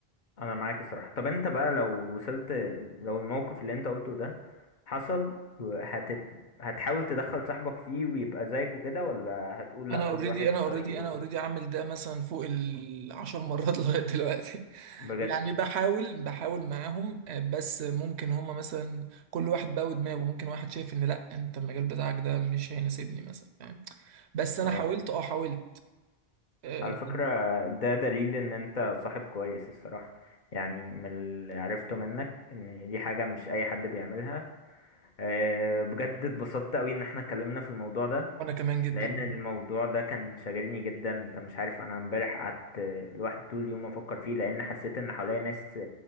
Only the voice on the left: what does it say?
انا معاك الصراحه طب انت بقى لو وصلت لو الموقف اللي انت قلته ده حصل هتت... هتحاول تدخل صاحبك فيه ويبقى زيك وكده ولا هتقول
لا كل
واحد
في
طريقه
بجد
اه
على فكره ده دليل ان انت صاحب كويس الصراحه يعني من اللي عرفته منك ان دي حاجه مش اي حد بيعملها أه بجد اتبسطت قوي ان احنا اتكلمنا في الموضوع ده
لان الموضوع ده كان شاغلني جدا انت مش عارف انا امبارح قعدت لوحدي طول اليوم افكر فيه لان حسيت ان حواليا ناس